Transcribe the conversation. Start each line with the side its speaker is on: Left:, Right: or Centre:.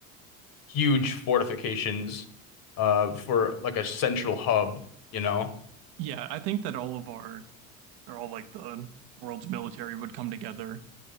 Left: huge fortifications uh for like a central hub, you know.
Right: yeah, I think that all of our or all like the world's military would come together